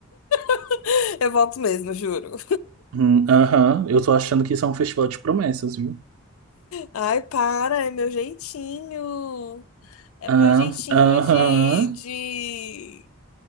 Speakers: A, on the left; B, on the right.
A: <laughs> Eu volto mesmo, juro.
B: Hum, Aham, eu tô achando que isso é um festival de promessas, viu?
A: Ai, para, é meu jeitinho. É
B: Ah,
A: o meu jeitinho
B: aham.
A: de, de,